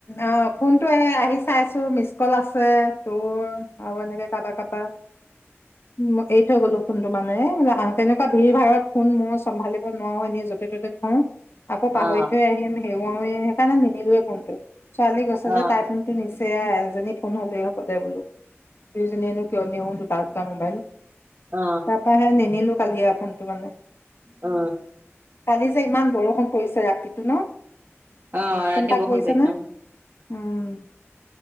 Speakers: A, on the left (about 55°); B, on the right (about 45°).
A: অ ফোনটো আহি চাইছো মিছ কল আছে, তোৰ আৰু এনেকে কাবা কাবা। উম এৰি থৈ গলো ফোনটো মানে তেনেকোৱা ভিৰ ভাৰাত ফোন মোৰ চম্ভালিব নোৱাৰো এনেই য'তে ত'তে <unintelligible> আকৌ পাহৰি
B: অ
A: থৈ আহিম হেৰুৱাওয়ে সেইকাৰণে নিনিলোৱে ফোনটো ছোৱালী গছে
B: অ
A: যে তাই ফোনটো নিছে। তাই এজনীত ফোন হলে হব দে বুলো দুইজনীয়েনো কিয় নিও দুটা দুটা ম'বাইল
B: অ
A: তাৰপা সে নিনিলো কালি আও ফোনটো মানে
B: অ
A: কালি। যে ইমান বৰষুণ পৰিছে ৰাতিটো ন
B: অ ৰাতি
A: কোন তাত
B: বৰষুণ পৰিছে
A: নে
B: অ।
A: উম